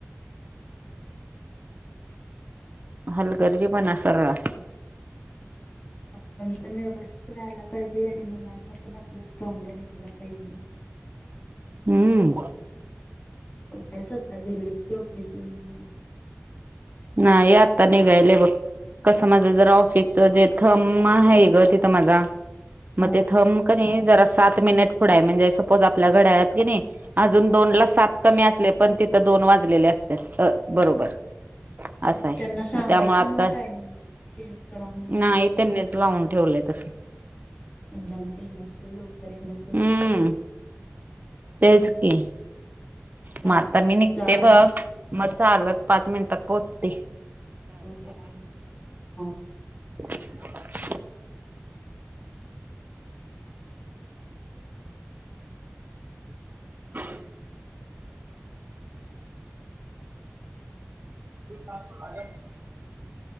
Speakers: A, on the right; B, on the left.
A: हलगर्जी पण सर्रास
B: पण पण व्यवस्थित राहायला पाहिजे आणि मुलांना पण आपलं स्ट्रॉंग बनवायला पाहिजे
A: हम्म
B: कठ सता गेस ऑफिसला नाही
A: ना ये आत्ता नाही गयले बघ कसं माझं जरा ऑफिसच जे थर्म आहे ग तिथं माझा
B: हा
A: मग ते
B: हा
A: थंब क नाही जरा सात मिनिट पुढं आहे म्हणजे सपोज आपल्या घड्याया की नाही अजून दोन ला सात कमी असले पण तिथं दोन वाजलेले असत बरोबर असं
B: मग
A: आहे.
B: त्यांना सांगायचं
A: मग त्यामुळे आता
B: ना टायमिंग चेंज करा म्ह
A: नाही
B: त्याच
A: त्यांनीच लावून ठेवलंय तसं
B: मद्दाम केलं असेल लवकर येण्यासाठी
A: हम्म.
B: हम्म
A: तेच की
B: चालेल
A: मग आता मी निघते
B: जा
A: बघ
B: जा
A: मग आल पाच मिनिटात पोहोचते
B: हो ले हा
A: मभत उछम मबय